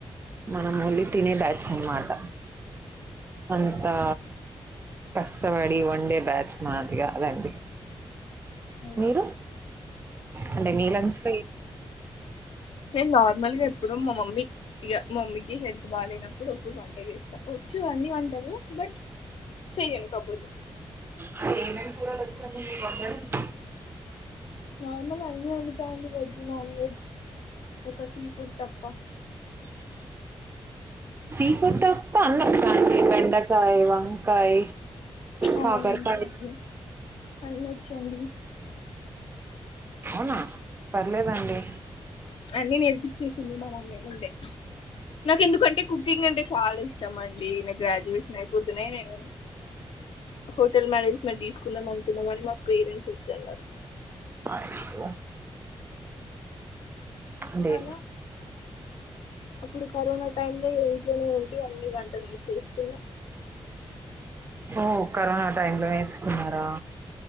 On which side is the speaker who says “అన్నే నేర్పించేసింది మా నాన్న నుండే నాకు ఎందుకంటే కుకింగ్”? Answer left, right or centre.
Left